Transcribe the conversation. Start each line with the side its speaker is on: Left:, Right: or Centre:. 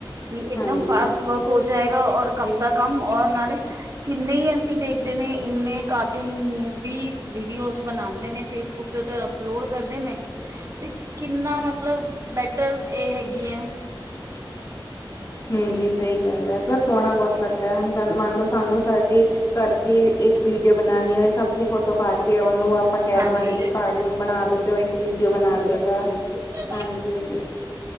Right: ਨੀ ਏਕਦਮ
Left: ਹਾਂਜੀ
Right: ਫਾਸਟ ਵਰਕ ਹੋ ਜਾਏਗਾ ਔਰ ਕਮ ਦਾ ਕਮ ਔਰ ਨਾਲੇ। ਕਿੰਨੇ ਈ ਅਸੀਂ ਦੇਖਦੇ ਨੇ ਇੰਨੇ ਕਾਰਟੂਨ ਮੂਵੀਜ ਵੀਡੀਓਜ਼ ਬਣਾਂਦੇ ਨੇ। ਫੇਸਬੁੱਕ ਦੇ ਉੱਤੇ ਅਪਲੋਡ ਕਰਦੇ ਨੇ ਤੇ ਕਿੰਨਾ ਮਤਲਬ ਬੈਟਰ ਏ ਹੇਗੀ ਐ।
Left: ਹਾਂਜੀ ਸਈ ਗੱਲ ਐ ਬਸ ਸੋਣਾ ਬਹੁਤ ਲੱਗਦਾ ਹੈ ਹੁਣ ਮੰਨ ਲਓ ਸਾਨੂੰ ਸਾਡੀ ਘਰ ਦੀ ਇੱਕ ਵੀਡੀਓ ਬਣਾਉਣੀ ਹੋਏ ਸਭ ਦੀ ਫੋਟੋ ਪਾ ਕੇ ਓਨੂੰ ਆਪਾਂ ਕੈ
Right: ਹਾਂਜੀ
Left: ਦੇਵਾਂਗੇ ਕਾਰਟੂਨ ਬਣਾ ਦੋ ਤੇ ਓ ਇੱਕ ਵੀਡੀਓ ਬਣਾ ਦੇਗਾ।
Right: ਹੂੰ। <inaudible>
Left: ਹਾਂਜੀ,